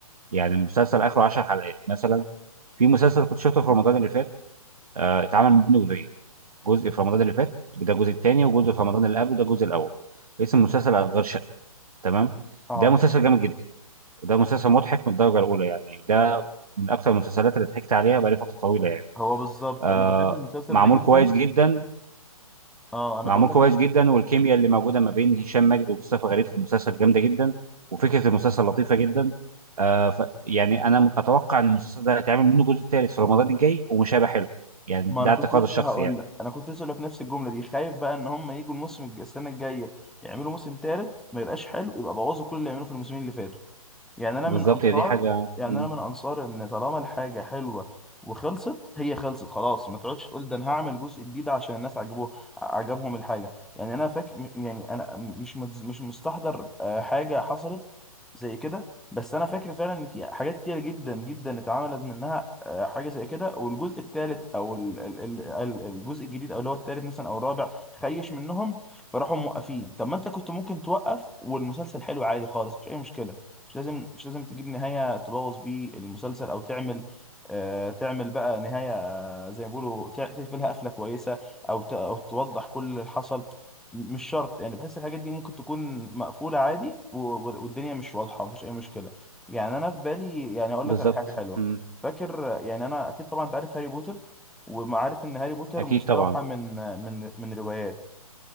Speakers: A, on the right; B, in the centre.
A: يعني المسلسل اخره 10 حلقات مثلا في مسلسل كنت شفته في رمضان اللي فات آه، اتعمل منه جزئين جزء في رمضان اللي فات ده الجزء الثاني وجزء في رمضان اللي قبله ده الجزء الاول اسم المسلسل أشغال شقة تمام
B: اه
A: ده مسلسل جامد جدا وده مسلسل مضحك من الدرجه الاولى يعني ده من اكثر المسلسلات اللي ضحكت عليها بقالي فتره طويله يعني
B: هو بالظبط
A: آه
B: انا بحب المسلسل
A: معمول
B: ده جدا
A: كويس جدا
B: اه انا
A: معمول
B: بقول لك
A: كويس
B: انا بحب
A: جدا والكيمياء اللي موجوده ما بين هشام ماجد ومصطفى غريب في المسلسل جامده جدا وفكره المسلسل لطيفه جدا آه ف يعني انا اتوقع ان المسلسل ده هيتعمل منه جزء ثالث في رمضان الجاي ومش هيبقى حلو يعني
B: ما
A: ده
B: انا
A: اعتقاد
B: كنت لسه
A: الشخصي
B: هقول
A: يعني
B: لك انا كنت لسه هقول لك نفس الجمله دي خايف بقى ان هم يجوا الموسم الج- السنه الجايه يعملوا موسم تالت ما يبقاش حلو يبقى بوظوا كل اللي عملوه في الموسمين اللي فاتوا يعني انا
A: بالظبط
B: من انصار
A: هي دي حاجه
B: يعني
A: مم،
B: انا من انصار ان طالما الحاجه حلوه وخلصت هي خلصت خلاص ما تقعدش تقول ده انا هعمل جزء جديد عشان الناس عجبوه عجبهم الحاجه يعني انا فاكر يعني انا مش متز- مش مستحضر آه، حاجه حصلت زي كده بس انا فاكر فعلا ان في حاجات كتير جدا جدا اتعملت منها آه، حاجه زي كده والجزء الثالث او ال- ال- ال- ال- الجزء الجديد او اللي هو الثالث مثلا او الرابع خيش منهم فراحوا موقفين طب ما انت كنت ممكن توقف والمسلسل حلو عادي خالص مش اي مشكله مش لازم مش لازم تجيب نهاية تبوظ بيه المسلسل او تعمل آه تعمل بقى نهاية آه، زي ما بيقولوا تع- تقفلها قفلة كويسة او ت- او توضح كل اللي حصل م- مش شرط يعني بحس الحاجات دي ممكن تكون مقفولة عادي و- و- والدنيا مش واضحة مفيش اي مشكلة يعني انا في بالي يعني اقول
A: بالظبط
B: لك على حاجة حلوة
A: مم،
B: فاكر يعني انا اكيد طبعا انت عارف هاري بوتر ومعارف ان هاري بوتر
A: اكيد
B: مستوحى
A: طبعا
B: من من من روايات